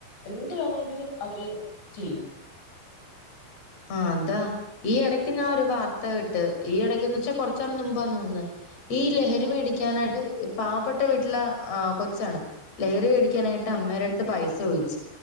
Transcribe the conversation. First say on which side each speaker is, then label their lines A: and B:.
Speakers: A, on the left; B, on the left.
A: എന്ത് വേണങ്കിലും അവര് ചെയ്യും
B: ആ അതാ ഈ എടക്ക് ഞാഒരു വാർത്ത കേട്ട് ഈ എടക്ക്ന്നെവ്ച്ചാ കൊറ്ച്ചൻനുമ്പാ തോന്ന്ന്ന് ഈ ലഹരി മേടിക്കാനായിട്ട് പാപ്പെട്ട വീട്ടിലെ ആ കൊച്ചാണ് ലഹരി മേടിക്കാനായി ട്ടമ്മയെൻ്റെട്ത്ത് പൈസോയ്ച്ച്